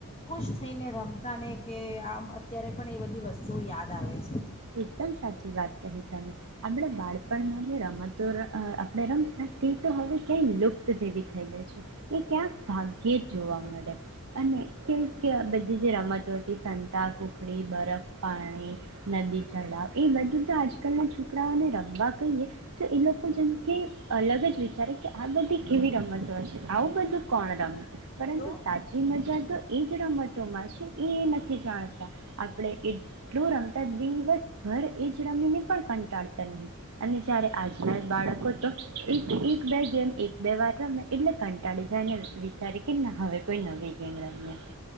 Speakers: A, on the left (about 25°); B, on the right (about 70°).
A: ખુશ થઈને રમતા ને કે આમ અત્યારે પણ એ બધી વસ્તુઓ યાદ આવે છે.
B: એકદમ સાચી વાત કહી તમે. આપણે બાળપણમાં જે રમતો ર અહ આપણે રમતા તે તો હવે ક્યાંય લુપ્ત જેવી થઈ ગઈ છે. એ ક્યાંક ભાગ્યે જ જોવા મળે અને કેમ કે બધી જે રમતો હતી સંતા કુકડી, બરફ પાણી નદી તળાવ એ બધું તો આજકાલના છોકરાઓને રમવા કહીએ તો એ લોકો જેમ કે અલગ જ વિચારે કે આ બધી કેવી રમતો હશે? આવું બધું કોણ રમે, પરંતુ
A: તો
B: સાચી મજા તો એજ રમતોમાં છે એ એ નથી જાણતા. આપણે એટલું રમ તા દિવસભર એ જ રમીને પણ કંટાળતા નહી અને જયારે આજના જ બાળકો તો એક એક બે ગેમ એક બે વાર રમે એટલે કંટાળી જાયને વિચારી કે ના હવે કોઈ નવી ગેમ રમીએ.